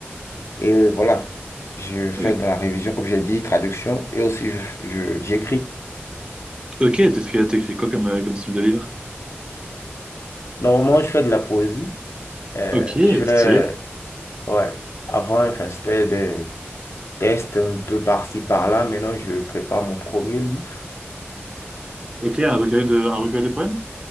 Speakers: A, on the left; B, on the right.
A: et voilà, je fais
B: Euh,
A: de la révision, comme j'ai dit, traduction, et aussi je, je- j'écris.
B: ok, t'écris, t'écris quoi comme, euh, comme style de livre?
A: Normalement, je fais de la poésie. Euh,
B: Ok,
A: je fais,
B: stylé.
A: ouais, avant, enfin, c'était des tests un peu par-ci, par-là. Maintenant, je prépare mon premier livre.
B: Ok, un recueil de, un recueil de poèmes?